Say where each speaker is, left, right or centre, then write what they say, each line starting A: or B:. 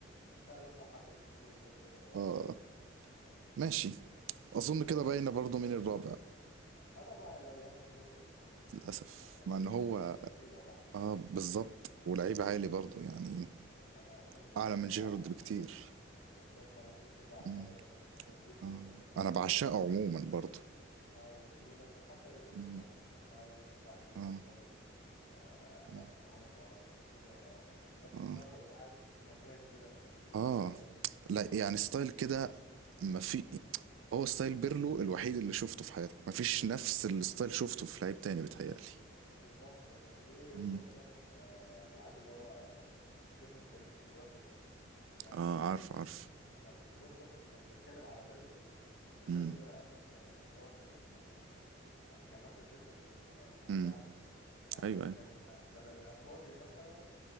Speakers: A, on the left; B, on the right.
A: مش عايز اسمع حد من جمهور انجلترا بقى
B: اه
A: ولا الليفر
B: ماشي اظن كده باينه برضو مين الرابع
A: انا بقى هيبقى للاسف بيرلو
B: للاسف
A: هكمل
B: مع ان
A: الحب
B: هو
A: والتقدير والاحترام
B: اه بالظبط ولعيب عالي برضو يعني
A: انا اصلا بشجع
B: اعلى من جيرارد بكتير
A: بالظبط انا اصلا بشجع ايطاليا
B: مم،
A: وبحب ايطاليا جدا
B: آه.
A: و-
B: انا بعشقه
A: والميلان
B: عموما برضو
A: اه والميلان وحتى يوفنتوس
B: مم،
A: ما عنديش مشكله معاه اني بشجع الميلان
B: اه
A: بس برضه اليوفي فلا
B: اه
A: صراحه هو اسطوره لا تتكرر
B: آه.
A: ولاعب مزاج كده اقسم بالله
B: اه
A: انت بتتفرج على
B: لا
A: كميه
B: يعني
A: المتعه
B: ستايل كده ما في هو ستايل بيرلو الوحيد اللي شفته في حياتك ما فيش نفس الستايل شفته في لعيب تاني بيتهيألي
A: بالظبط ده كان في
B: مم.
A: بودكاست آه، اللعيب اللي هو آه، كيفن بريمس بواتينج مهاجم
B: اه عارف عارف
A: كان في بودكاست فكان بيتكلم على بيرلو بيقول
B: امم
A: آه، ان هو كان آه، لما كان راح يوفنتوس بواتينج
B: امم
A: يعني آه،
B: ايوه
A: فكان
B: ايوه
A: لما يبقى فاضي مثلا